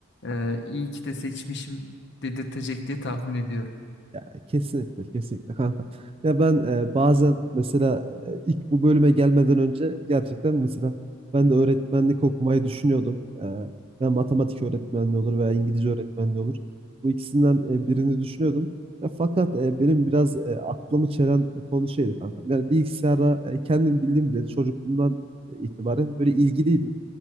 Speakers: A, on the left (about 60°); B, on the right (about 30°).
A: E, iyi ki de seçmişim dedirtecek diye tahmin ediyorum.
B: Yani kesinlikle kesinlikle kanka. Ya ben e, bazen mesela e, ilk bu bölüme gelmeden önce gerçekten mesela ben de öğretmenlik okumayı düşünüyordum. E, ya matematik öğretmenliği olur veya İngilizce öğretmenliği olur. Bu ikisinden e, birini düşünüyordum. Ya fakat e, benim biraz e, aklımı çelen konu şeydi kanka. Yani bilgisayara e, kendim bildim bile çocukluğumdan e, itibaren böyle ilgiliydim.